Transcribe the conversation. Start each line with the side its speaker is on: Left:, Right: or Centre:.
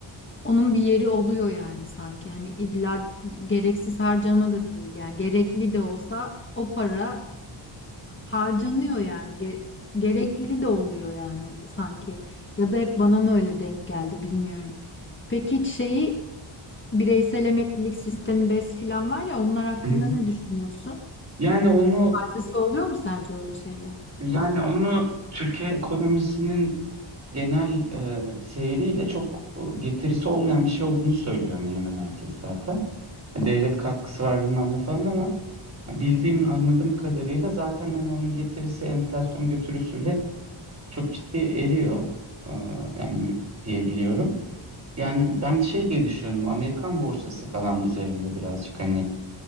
Left: onun bir yeri oluyor yani sanki. Hani illa gereksiz harcama da değil yani gerekli de olsa o para harcanıyor yani Ge- gerekli de oluyor yani sanki ya da hep bana mı öyle denk geldi bilmiyorum. Peki hiç şeyi bireysel emeklilik sistemi BES filan var ya onlar hakkında
Right: Hı hı.
Left: ne düşünüyorsun?
Right: Yani onu
Left: Faydası oluyor mu sence öyle şeylere?
Right: yani onu Türkiye ekonomisinin genel e, seyriyle çok e, getirisi olmayan bir şey olduğunu söylüyor hemen hemen herkes zaten. Yani devlet katkısı var bilmem ne falan ama bildiğim anladığım kadarıyla zaten hani onun getirisi enflasyon götürüsüyle çok ciddi eriyor. Aa, yani diyebiliyorum. Yani ben şey diye düşünüyorum. bu Amerikan borsası falan üzerinde birazcık hani